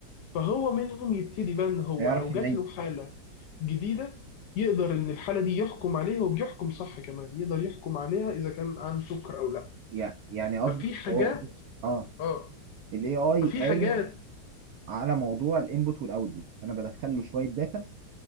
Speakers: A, on the left; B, on the right.
A: فهو منهم يبتدي بقى ان هو
B: هيعرف
A: لو
B: يميز
A: جات له حاله جديده يقدر ان الحاله دي يحكم عليها وبيحكم صح كمان يقدر يحكم عليها اذا كان عنده سكر او لا
B: يعني يعني قصدي
A: ففي حاجات
B: اللي هو ال- اه
A: اه
B: الاي اي
A: ففي
B: قايم
A: حاجات
B: على موضوع الانبوت والاوتبوت انا بدخل له شويه داتا